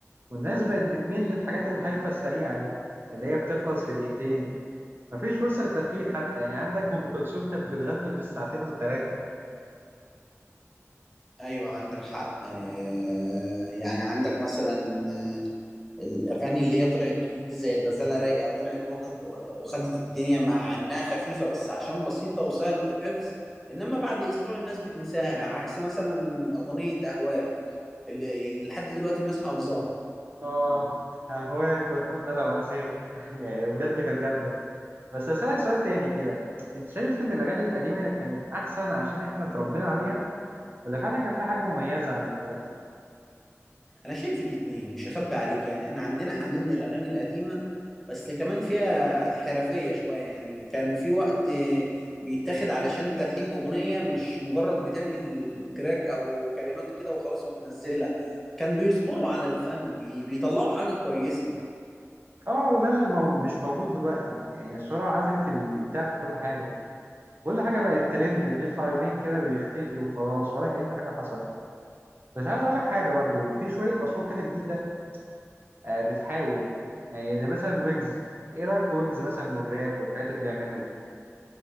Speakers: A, on the right (about 45°); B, in the centre.
A: والناس بقت بتميل للحاجات الهايفة السريعة دي اللي هي بتخلص في دقيقتين مفيش فرصة للتفكير حتى يعني عندك أم كلثوم كانت بتغني بالساعتين والتلاتة
B: ايوه عندك حق آه يعني عندك مثلا آه، الاغاني اللي هي طلعت جديد دي زي الغزاله رايقه طلعت واخد وخدت الدنيا مع انها خفيفه بس عشان بسيطه وسهله الحفظ انما بعد اسبوع الناس بتنساها عكس مثلا اغنيه اهواء اللي اللي لحد دلوقتي الناس حافظاها
A: آه هواك وأتمنى لو أنساك <laughs> يعني بجد كانت جامدة بس أسألك سؤال تاني كده أنت شايف إن الأغاني القديمة كانت أحسن عشان إحنا اتربينا عليها ولا فعلا كان في حاجة مميزة عن دلوقتي
B: انا شايف الاتنين مش هخبي عليك يعني احنا عندنا حنين للاغاني القديمه بس كمان فيها حرفيه شويه يعني كان في وقت بيتاخد علشان تلحين اغنيه مش مجرد بتعمل تراك او كلمات كده وخلاص وتنزلها كان بيصبروا على الفن بي بيطلعوا حاجه كويسه
A: اه وده اللي مو... مش موجود دلوقتي يعني السرعة قتلت الإبداع في كل حاجة كل حاجة بقت ترند بيطلع يومين كده ويختفي وخلاص ولا كأن حاجة حصلت بس عايز أقول لك حاجة برضو في شوية أصوات كده جديدة آه بتحاول يعني زي مثلا ويجز إيه رأيك في ويجز مثلا والراب والحاجات اللي بيعملها دي